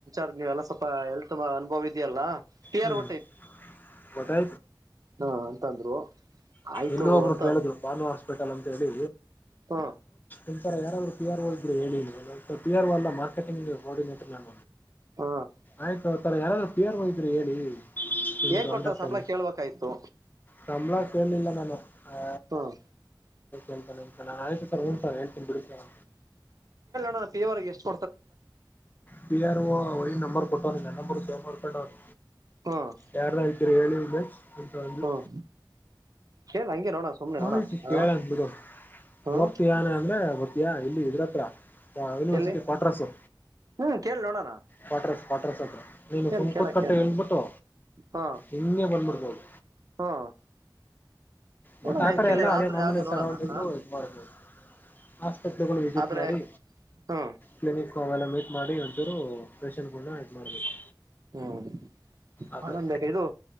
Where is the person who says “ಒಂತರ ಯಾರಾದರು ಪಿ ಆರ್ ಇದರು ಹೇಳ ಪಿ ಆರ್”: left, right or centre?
Left